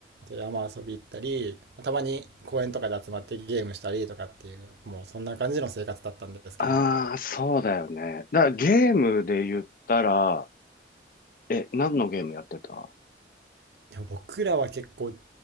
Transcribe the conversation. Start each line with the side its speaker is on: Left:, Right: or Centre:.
Right: で山遊び行ったり、まあたまに公園とかで集まってゲームしたりとかっていう、もうそんな感じの生活だったんですけど、
Left: ああ、そうだよね。だからゲームで言ったら、え、何のゲームやってた
Right: でも僕らは結構